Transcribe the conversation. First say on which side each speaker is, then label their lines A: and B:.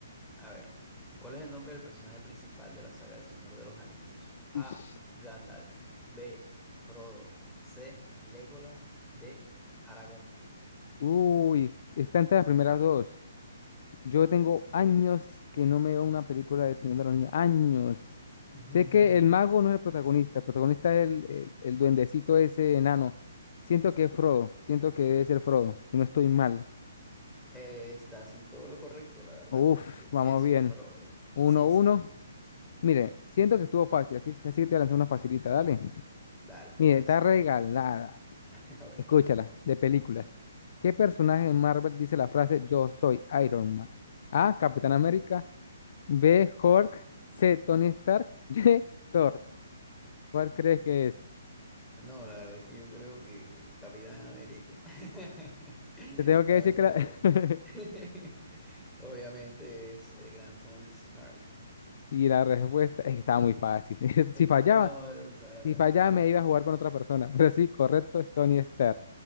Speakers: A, in the centre; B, on the left.
A: a ver, ¿cuál es el nombre del personaje principal de la saga El Señor de los Anillos? A.
B: Uish.
A: Gandalf. B. Frodo. C. Legolas. D. Aragón.
B: Uy, está entre las primeras dos. Yo tengo
A: Muy
B: años
A: bien.
B: que no me veo una película del Señor de los Niños. Años.
A: <laughs>
B: Sé que el mago no es el protagonista, el protagonista es el, el, el duendecito ese enano. Siento que es Frodo, siento que debe ser Frodo, y no estoy mal.
A: Eh, estás en todo lo correcto, la verdad,
B: Uf,
A: porque
B: vamos
A: es
B: bien.
A: Frodo.
B: Uno,
A: Sí, sí.
B: uno. Mire, siento que estuvo fácil. Aquí, así que te voy a lanzar una facilita, dale.
A: Dale, me
B: Mire,
A: parece
B: está regalada.
A: muy bien. <laughs> A ver,
B: Escúchala, de películas. ¿Qué personaje de Marvel dice la frase Yo soy Iron Man? A. Capitán América. B. Hulk. C. Tony Stark. <laughs> D. Thor. ¿Cuál crees que es?
A: no, la verdad que yo creo que el Capitán América. <laughs>
B: Te tengo
A: No,
B: que decir
A: mentira,
B: que la...
A: mentira.
B: <laughs>
A: <laughs> Obviamente es el gran Tony Stark.
B: Y la respuesta es que estaba muy fácil. <laughs>
A: Eh,
B: Si fallaba,
A: no, o sea,
B: si fallaba
A: recom-
B: me iba a jugar con otra persona. <laughs> Pero sí, correcto es Tony Stark.